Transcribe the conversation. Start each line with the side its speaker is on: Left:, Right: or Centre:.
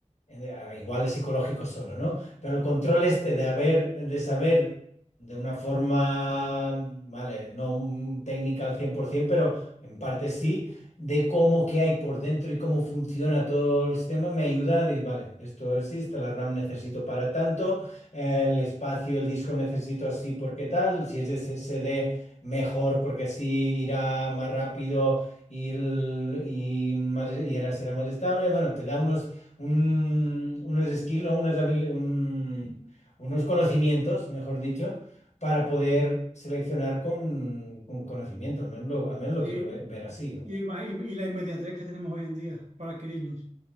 Left: eh, igual es psicológico solo, ¿no? Pero el control este de haber, de saber de una forma, vale, no un- técnica al 100%, pero en parte sí, de cómo qué hay por dentro y cómo funciona todo el sistema, me ayuda a decir, vale, esto existe, la RAM necesito para tanto, el espacio, el disco necesito así porque tal, si es SSD, mejor porque así irá más rápido y, el- y, más- y ahora será más estable. Bueno, te da unos un- unos skills, ¿no? unas habil- un- unos conocimientos, mejor dicho, para poder seleccionar con, con conocimiento. Al menos lo, al menos lo
Right: Sí,
Left: quiero ve- ver, así. ¿no?
Right: y, ima- y y la inmediatez que tenemos hoy en día para adquirirlos.